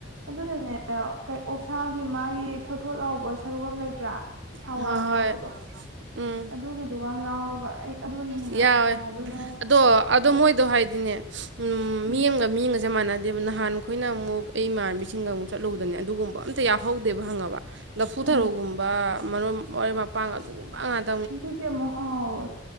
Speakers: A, on the right; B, on the right.
A: ꯑꯗꯨꯅꯅꯦ ꯑꯣꯛꯁꯥꯒꯤ ꯃꯥꯒꯤ ꯊꯣꯊꯣꯠ ꯂꯥꯎꯕ ꯁꯔꯨꯛ ꯑꯃ ꯂꯩꯇ꯭ꯔꯥ ꯊꯥꯎꯏ
B: ꯍꯣꯏ
A: ꯑꯃ
B: ꯍꯣꯏ
A: ꯌꯥꯎꯕꯗꯣ
B: ꯎꯝ
A: ꯑꯗꯨꯒꯤꯗꯨꯒ ꯌꯥꯎꯔꯕ ꯑꯩ ꯑꯗꯨꯅ ꯍꯦꯟꯅ
B: ꯌꯥꯎꯋꯦ
A: ꯍꯥꯎꯕꯩ
B: ꯑꯗꯣ ꯑꯗꯣ
A: ꯑꯗꯨ
B: ꯃꯣꯏꯗꯣ ꯍꯥꯏꯗꯤꯅꯦ
A: ꯎꯝ
B: ꯃꯤꯌꯦꯡ ꯃꯤꯒ ꯃꯤꯑꯃꯒꯁꯦ ꯃꯥꯟꯅꯗꯦꯕ ꯅꯍꯥꯟ ꯑꯩꯈꯣꯏꯅ ꯑꯃꯨꯛ ꯑꯩ ꯏꯃꯥꯟꯅꯕꯤꯁꯤꯡꯒ ꯑꯃꯨꯛ ꯆꯠꯂꯨꯕꯗꯅꯦ ꯑꯗꯨꯒꯨꯝꯕ ꯑꯝ ꯇꯥ ꯌꯥꯎꯍꯧꯗꯦꯕ ꯍꯪꯉꯕ ꯂꯐꯨ
A: ꯎꯝ
B: ꯊꯔꯣꯒꯨꯝꯕ ꯃꯔꯣꯏ ꯃꯄꯥꯡ ꯑꯗꯨꯒꯨꯝꯕ ꯉꯥꯛ
A: ꯑꯗꯨꯗꯤ ꯑꯃꯨꯛ ꯍꯥꯎꯏ